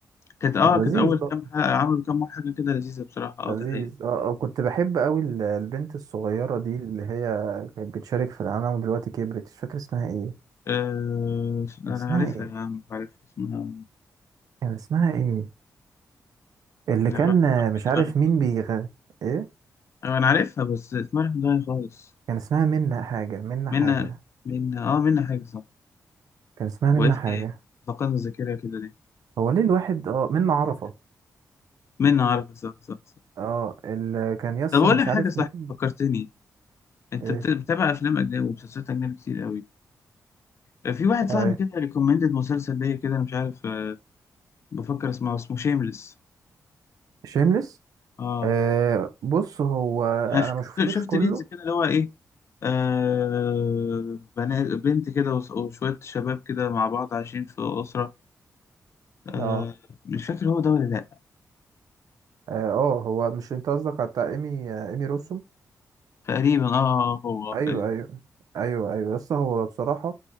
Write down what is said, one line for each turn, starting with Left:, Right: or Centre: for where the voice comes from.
Left: كانت اه
Right: لذيذ
Left: كانت اول
Right: برضه،
Left: كام حلقه عملوا كام حاجه كده لذيذه بصراحه اه
Right: لذيذ
Left: ده حقيقي
Right: اه آه، كنت بحب قوي ال- البنت الصغيرة دي اللي هي كانت بتشارك في العالم ودلوقتي كبرت مش فاكر اسمها ايه
Left: أه... لا،
Right: كان اسمها
Left: أنا عارفها
Right: ايه
Left: يا عم عارفها اسمها
Right: كان اسمها ايه اللي
Left: أنا
Right: كان
Left: راح-
Right: آه،
Left: راح
Right: مش
Left: من دماغي
Right: عارف مين
Left: خالص
Right: بيغني ايه
Left: أه، أنا عارفها بس اسمها راح من دماغي خالص
Right: كان اسمها منا حاجة منا
Left: منا
Right: حاجة
Left: منا آه منا حاجة صح
Right: كان اسمها
Left: وقف
Right: منا حاجة
Left: إيه في إيه؟ فقدنا الذاكرة كده ليه
Right: هو ليه الواحد اه منا عرفة
Left: منا عارفة صح صح صح
Right: اه اللي كان يسطا
Left: طب أقول
Right: مش
Left: لك حاجة
Right: عارف
Left: صح
Right: مين
Left: فكرتني أنت
Right: ايه
Left: بت- بتتابع أفلام أجنبي ومسلسلات أجنبي كتير قوي أه، في واحد صاحبي
Right: آه.
Left: كده ريكومندد مسلسل ليا كده أنا مش عارف أه، بفكر اسمه اسمه شيمليس
Right: شيمليس
Left: آه
Right: آه. بص هو
Left: أنا شفت
Right: انا ما شفتوش
Left: شفت
Right: كله
Left: ريلز كده اللي هو إيه آه بنات بنت كده وس- وشوية شباب كده مع بعض عايشين في أسرة آه
Right: اه
Left: مش فاكر هو ده ولا لأ
Right: اه آه، هو مش انت قصدك على بتاع ايمي آه، ايمي روسوم
Left: تقريبا اه آه، آه، هو
Right: ايوه
Left: تقريبا
Right: ايوه ايوه ايوه بس هو بصراحه